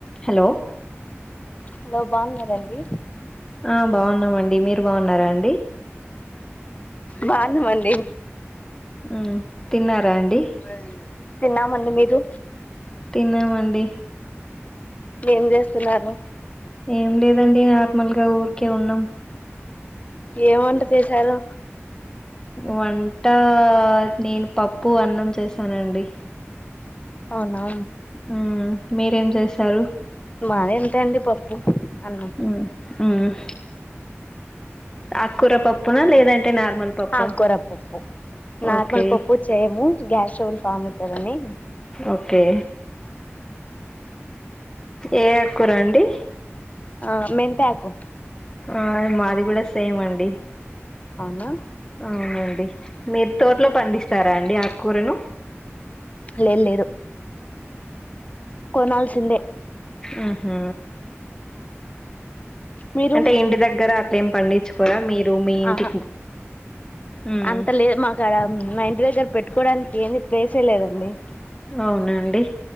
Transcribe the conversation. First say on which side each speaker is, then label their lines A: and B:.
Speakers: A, on the left; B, on the left.
A: hollow
B: hello బాగున్నారండి
A: ఆ బాగున్నామండి మీరు బాగున్నారా అం
B: బాగున్నామండీ
A: ఉమ్ తిన్నారా అండి
B: లెయ్యి తిన్నమండీ మీరు
A: తిన్నామండి
B: ఏం చేస్తున్నారు
A: ఏం లేదండి నార్మల్ గా ఊరికే ఉన్నాం
B: ఏం వంట చేసారు
A: వంట నేను పప్పు అన్నం చేసానండి
B: అవునా
A: ఉమ్ మీరేం చేసారు
B: మాది అంతే అండి పప్పు అన్నం
A: ఉమ్ ఉహ్ అక్కూరపప్పునా లేదంటే నార్మల్ పప్పా
B: ఆకుకూర పప్పు నార్మల్
A: ఓకే
B: పప్పు చేయము గ్యాస్ట్రబుల్ ఫామ్ అవుతదని
A: ఓకే ఏ అక్కూర అండి
B: ఆ మెంతాకు
A: ఆ మాది కూడా సేమండి
B: అవునా
A: అవునండి మీరు తోటలో పండిస్తారా అండి ఆకూరను
B: లేదు లేదు కొనాల్సిందే
A: ఉహు
B: మీరు
A: అంటే ఇంటి దగ్గర అట్లే ఏం పండించుకోరా మీరు మీ ఇంటికి
B: ఆహా
A: ఉమ్
B: అంత లే మాకు అడ మా ఇంటి దగ్గర పెట్టుకోవడానికి ఏమి ప్లేసే లేదండి
A: అవునా అండి